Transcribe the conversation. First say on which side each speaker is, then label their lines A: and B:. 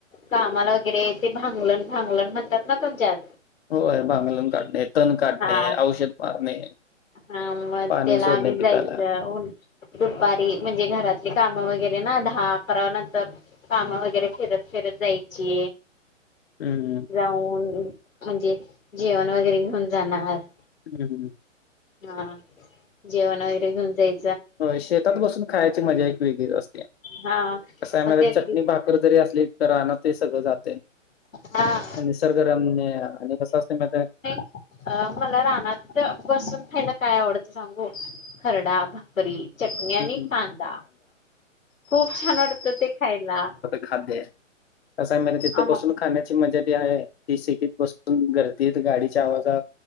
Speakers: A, on the left (about 85°); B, on the left (about 50°).
A: कामाला वगैरे ते भांगलण, भांगलण म्हणतात ना तुमच्यात
B: होय भांगलून काढणे, तण काढणे,
A: हा
B: औषध मारणे.
A: हा मग
B: पाणी
A: त्याला
B: सोडणे
A: आम्ही जायचं
B: पिकाला.
A: उन दुपारी म्हणजे घरातली कामं वगैरे ना दहा-अकरा नंतर कामं वगैरे फिरत -फिरत जायची.
B: हं.. हं..
A: जाऊन म्हणजे जेवण वगैरे घेऊन जाणार.
B: ह.. ह..
A: हा जेवण वगैरे घेऊन जाय
B: होय शेतात बसून खायाची मज्जा एक वेगळीच असत्या,
A: हा
B: कसं हाय
A: मग
B: माहित्या
A: तेच
B: चटणी-भा
A: की
B: कर जरी असली तर रानात ते सगळं जातंय.
A: हा
B: निसर्गरम्य आणि कसं असतं माहितीये?
A: अं मला रानात बसून खायला काय आवडतं सांगू, खरडा भा करी, चटणी आणि
B: हं हं.
A: कांदा खूप छान वाटतं ते खायला.
B: खाद्यय कसय म्ह तिथं
A: आम
B: बसून खाण्याची मजा जी हाय ती सिटीत बसून गर त गाडीच्या आवाजात